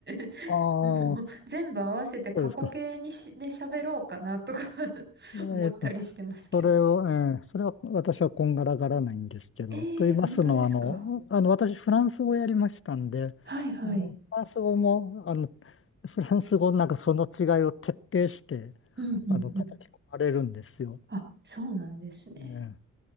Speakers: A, on the right; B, on the left.
A: <laughs>
B: ああ、
A: もう、
B: そ
A: 全部合わせて過去形にし、
B: うですか。
A: で喋ろうかなとか <laughs>
B: ええ
A: 思ったりしてますけど。
B: それを、ええそれは私はこんがらがらないんですけど、
A: ええー、
B: と言いますのは、
A: 本当ですか。
B: あの、あの私、フランス語やりましたんで、
A: はいはい。
B: あの、フランス語も、あの、フランス語のなんかその違いを徹底して、
A: うんうんうん。
B: あの、叩き込まれるんですよ。
A: あ、そうなんですね。
B: ね